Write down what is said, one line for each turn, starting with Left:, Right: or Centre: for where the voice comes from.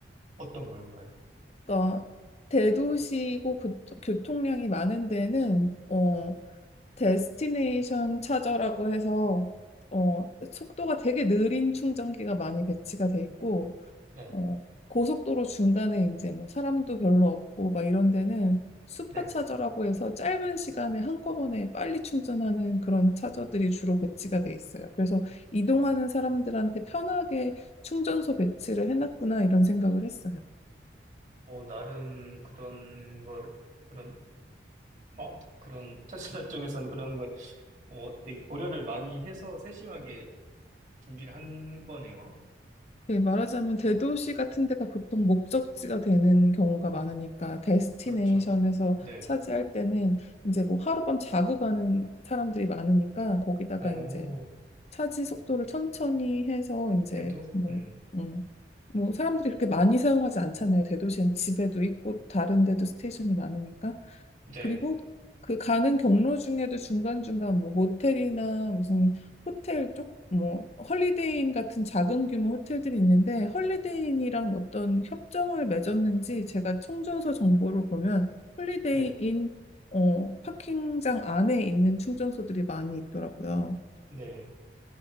Right: 어떤 걸까요?
Left: 그러니까 대도시고 교- 교통량이 많은 데는 어, 데스티네이션 차저라고 해서 어, 속도가 되게 느린 충전기가 많이 배치가 돼 있고
Right: 네,
Left: 어, 고속도로 중간에 이제 뭐 사람도 별로 없고 막 이런 데는 슈퍼차저라고
Right: 네.
Left: 해서 짧은 시간에 한꺼번에 빨리 충전하는 그런 차저들이 주로 배치가 돼 있어요. 그래서 이동하는 사람들한테 편하게 충전소 배치를 해놨구나 이런 생각을 했어요.
Right: 어, 나름 그런 걸, 그런, 어, 그런, <laughs> 테슬라 쪽에서는 그런 걸, 어, 되게 고려를 많이 해서 세심하게 준비를 한 거네요.
Left: 그 말하자면 대도시 같은 데가 보통 목적지가 되는 경우가 많으니까 데스티네이션에서
Right: 그렇죠. 네.
Left: 차지할 때는 이제 뭐 하룻밤 자고 가는 사람들이 많으니까 거기다가
Right: 어,
Left: 이제 차지 속도를 천천히 해서 이제
Right: 그래도,
Left: 뭐,
Right: 음,
Left: 음, 뭐 사람들이 그렇게 많이 사용하지 않잖아요. 대도시는 집에도 있고 다른 데도 스테이션이 많으니까.
Right: 네,
Left: 그리고 그 가는 경로 중에도 중간중간 뭐 모텔이나 무슨 호텔 쪽 뭐 헐리데이인 같은 작은 규모 호텔들이 있는데 헐리데이인이랑 어떤 협정을 맺었는지 제가 충전소 정보를 보면 홀리데이인
Right: 네,
Left: 어 파킹장 안에 있는 충전소들이 많이 있더라고요.
Right: 네.